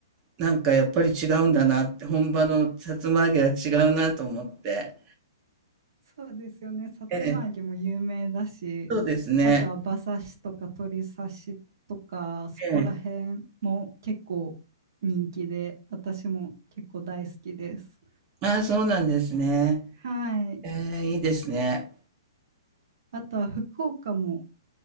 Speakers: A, on the right; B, on the right.
A: なんかやっぱり違うんだなって、本場のさつま揚げは違うなと思って。
B: そうですよね。さつま揚げも有名だし、
A: ええ、そうですね。
B: あとは馬刺しとか鶏刺しとか、そこら辺も結構人気で、
A: ええ
B: 私も結構大好きです。
A: ああ、そうなんですね。
B: はい。
A: ええ、いいですね。
B: あとは福岡も